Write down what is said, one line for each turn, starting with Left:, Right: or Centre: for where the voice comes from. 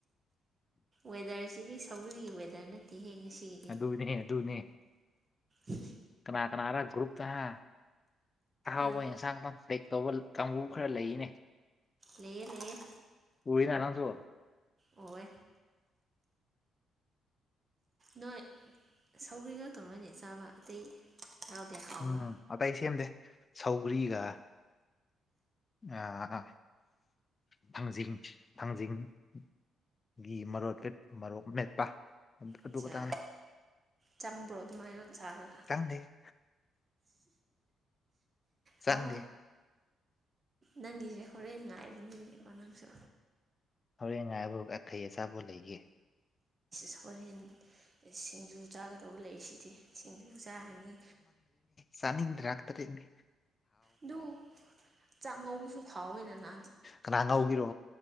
Right: ꯋꯦꯗꯔꯁꯤꯗꯤ ꯁꯒꯜꯒꯤ ꯋꯦꯗꯔ ꯅꯠꯇꯦꯍꯦ ꯉꯁꯤꯒꯤꯗꯤ
Left: ꯑꯗꯨꯅꯦ ꯑꯗꯨꯅꯦ
Right: ꯎꯝ
Left: ꯀꯅꯥ ꯀꯅꯥꯒ ꯒ꯭ꯔꯨꯞꯇꯅ ꯑꯍꯥꯎꯕ
Right: ꯑꯥ
Left: ꯌꯦꯟꯁꯥꯡꯇ ꯐꯦꯛ ꯇꯧꯕ ꯀꯥꯡꯕꯨ ꯈꯔ ꯂꯩꯅꯦ
Right: ꯂꯩꯌꯦꯦ ꯂꯩꯌꯦꯦ
Left: ꯎꯅꯅꯥꯟꯁꯨꯣ
Right: ꯑꯣꯋꯦ ꯅꯣꯏ ꯁꯧꯒ꯭ꯔꯤ ꯉꯥꯛꯛꯇ ꯅꯣꯏꯅꯦ ꯆꯥꯕ ꯑꯇꯩ ꯌꯥꯎꯗꯦ ꯍꯥꯎꯕ
Left: ꯎꯝ ꯑꯇꯩ ꯑꯩ ꯁꯦꯝꯗꯦ ꯁꯧꯒ꯭ꯔꯤꯒ ꯑꯥ ꯊꯥꯡꯖꯤꯡ ꯊꯥꯡꯖꯤꯡꯒꯤ ꯃꯔ ꯃꯔꯣꯛ ꯃꯦꯠꯄ ꯑꯗꯨ
Right: ꯑꯠꯆꯥ
Left: ꯈꯇꯪꯅꯦ
Right: ꯆꯪꯕ꯭ꯔꯣ ꯑꯗꯨꯃꯥꯏꯅ ꯁꯥꯔꯒ
Left: ꯆꯪꯗꯦ ꯆꯪꯗꯦ
Right: ꯍ ꯅꯪꯒꯤꯁꯦ ꯍꯣꯔꯦꯟ ꯉꯥꯏꯕꯅꯤꯅꯦꯀꯣ ꯅꯪꯁꯨ
Left: ꯍꯣꯔꯦꯟ ꯉꯥꯏꯕ ꯑꯈꯩ ꯑꯆꯥꯄꯣ ꯂꯩꯒꯦ
Right: ꯁꯣꯔꯦꯟ ꯁꯤꯡꯖꯨ ꯆꯥꯒꯗꯧꯕ ꯂꯩꯁꯤꯗꯤ ꯁꯤꯡꯖꯨ ꯆꯥꯔꯅꯤ
Left: ꯆꯥꯅꯤꯡꯗ꯭ꯔꯥ ꯇꯔꯦꯠꯅꯦ
Right: ꯑꯗꯨ ꯆꯥꯛꯉꯧꯕꯁꯨ ꯐꯥꯎꯋꯦꯅ ꯅꯥ
Left: ꯀꯅꯥ ꯉꯧꯒꯤꯔꯣ